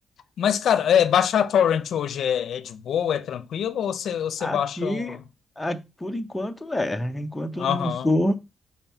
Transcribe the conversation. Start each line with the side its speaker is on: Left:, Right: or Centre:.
Left: Mas, cara, é, baixar Torrent hoje é, é de boa, é tranquilo? Ou você, ou você
Centre: Aqui,
Left: baixa. um-
Centre: a- por enquanto, é. Enquanto
Left: Aham.
Centre: não for,